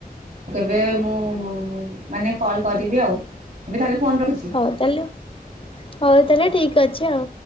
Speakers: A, on the right; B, on the left.
A: କେବେ ମୁଁ ମାନେ କଲ୍ କରିବି ଆଉ ଏବେ ତାହେଲେ। ଫୋନ୍ ରଖୁଛି
B: ହଉ ତାହେଲେ ହଉ ତାହେଲେ
A: ହଁ।
B: ଠିକ ଅଛି ଆଉ।